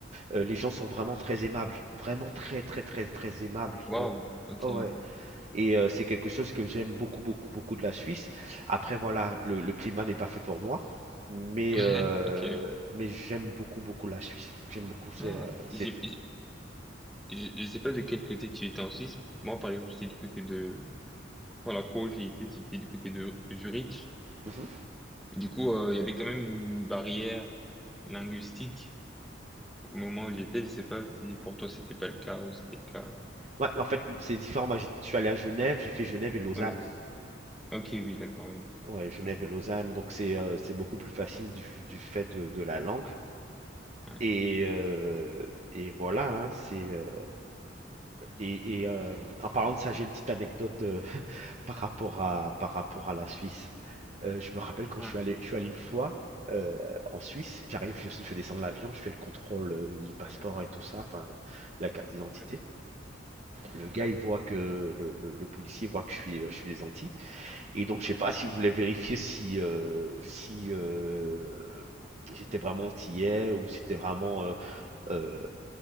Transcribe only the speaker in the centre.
Waouh,
ok.
<laughs>
Ouais,
ok. oui.
Ah,
j'ai- j'ai- je, je sais pas de quel côté tu étais en Suisse. Moi, par exemple, j'étais du côté de... Pour la fois où j'ai été, j'étais du côté de Zurich.
Et Du coup, euh, il y avait quand même une barrière linguistique au moment où j'étais. Je sais pas si pour toi c'était pas le cas ou c'était le cas.
Oui. Ok, oui, d'accord, oui.
D'accord.
Ouais.
Ah,
ouais.
Mhm,